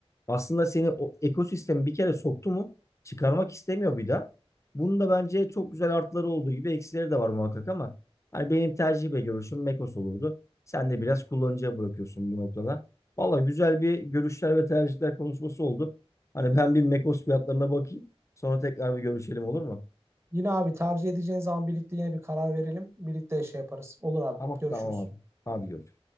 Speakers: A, on the left (about 30°); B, on the right (about 25°).
A: Aslında seni o ekosistemi bir kere soktu mu çıkarmak istemiyor bir daha. Bunun da bence çok güzel artları olduğu gibi eksileri de var muhakkak ama hani benim tercih ve görüşüm Mekos olurdu. Sen de biraz kullanıcıya bırakıyorsun bu noktada. Valla güzel bir görüşler ve tercihler konuşması oldu. Hani ben bir Mekos fiyatlarına bakayım. Sonra tekrar bir görüşelim olur mu?
B: Yine abi tercih edeceğin zaman birlikte yine bir karar verelim. Birlikte şey yaparız. Olur abi.
A: Tamam
B: Görüşürüz.
A: tamam abi. Hadi görüşürüz.